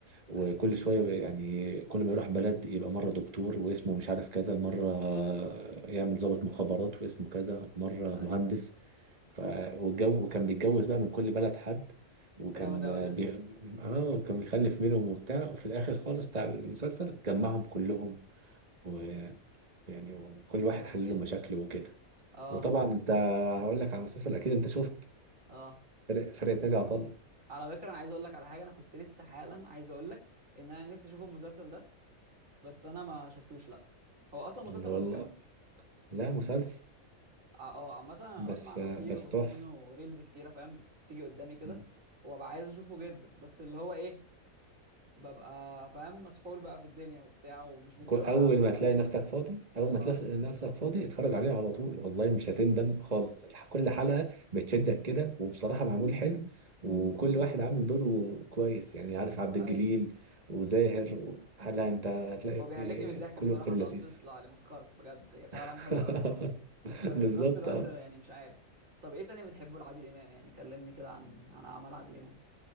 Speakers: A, on the right (about 30°); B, on the right (about 65°).
A: وكل
B: ايوه
A: شوية بقى- يعني كل ما يروح بلد يبقى مرة دكتور واسمه مش عارف كذا مرة يعمل ضابط مخابرات واسمه كذا مرة
B: ايوه
A: مهندس ف... والجو كان بيتجوز بقى من كل بلد حد وكان
B: ده جامد قوي ده
A: بي... اه كان بيخلف منهم وبتاع وفي الآخر خالص بتاع المسلسل جمعهم كلهم ويعني وكل واحد
B: يا ابن
A: حل
B: ليه
A: له مشاكله وكده
B: اه
A: وطبعا انت هقول لك على مسلسل اكيد انت شفت
B: اه
A: فرق- فرقة ناجي عطا الله
B: على فكرة انا عايز اقول لك على حاجة انا كنت لسه حالا عايز اقول لك ان انا نفسي اشوف المسلسل ده بس انا ما شفتوش لا هو اصلا مسلسل
A: اللي والله
B: ولا فيلم
A: لا مسلسل
B: ع- اه عامة انا
A: بس
B: بسمع عنه
A: بس
B: كتير وبشوف
A: تحفة
B: منه ريلز كتيرة فاهم تيجي قدامي كده
A: مم.
B: وببقى عايز اشوفه جدا بس اللي هو ايه ببقى فاهم مسحول بقى في الدنيا وبتاع ومش مديله
A: كو- اول
B: اهمية
A: ما
B: قوي
A: تلاقي
B: يعني
A: نفسك فاضي اول
B: اه
A: ما تلاقي نفسك فاضي اتفرج عليه على طول والله مش هتندم خالص الح-
B: هو-
A: كل حلقة بتشدك كده وبصراحة معمول حلو وكل واحد عامل دوره كويس يعني عارف عبد الجليل
B: ايوه
A: وزاهر و- هلا انت هتلاقي
B: هو بيهلكني من الضحك
A: كله
B: بصراحة
A: كله
B: اللقطات
A: لذيذ
B: اللي بتطلع لي مسخرة بجد هي فعلا
A: <laughs>
B: حلوة قوي بس
A: بالظبط
B: في نفس الوقت
A: اه
B: يعني مش عارف طب ايه تاني بتحبه لعادل امام يعني كلمني كده عن عن اعمال عادل امام